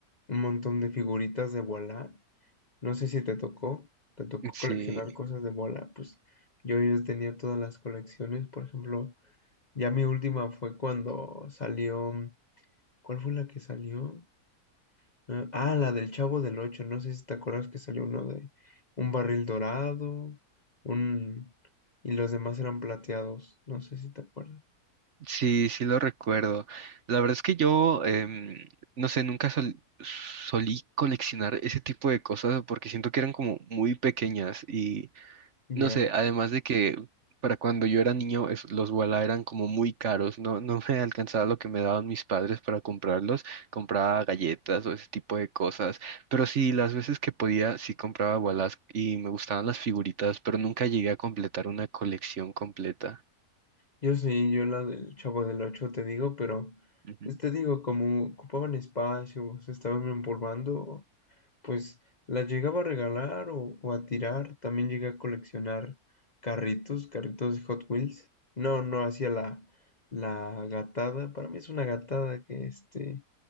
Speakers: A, on the left; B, on the right.
A: un montón de figuritas de Voilà. No sé si te tocó, te tocó
B: Sí,
A: coleccionar cosas de Voilà. Pues yo yo tenía todas las colecciones, por ejemplo. Ya mi última fue cuando salió. mm, ¿Cuál fue la que salió? Eh, Ah, la del Chavo del Ocho. No sé si te acuerdas que salió uno de un barril dorado, un y los demás eran plateados. No sé si te acuerdas.
B: sí, sí lo recuerdo. La verdad es que yo, em, no sé, nunca sol- solí coleccionar ese tipo de cosas porque siento que eran como muy pequeñas
A: Ya.
B: No sé, además de que para cuando yo era niño es- los Wala eran como muy caros, no, no me <laughs> alcanzaba lo que me daban mis padres para comprarlos, compraba galletas o ese tipo de cosas, pero sí, las veces que podía sí compraba Walas y me gustaban las figuritas, pero nunca llegué a completar una colección completa.
A: Yo sí, yo la del Chavo del Ocho te digo, pero
B: Ujú.
A: pues, te digo, como ocupaban espacio, se estaban empolvando, pues las llegaba a regalar o, o a tirar. También llegué a coleccionar carritos, carritos de Hot Wheels. No, no hacía la, la gatada. Para mí es una gatada que este,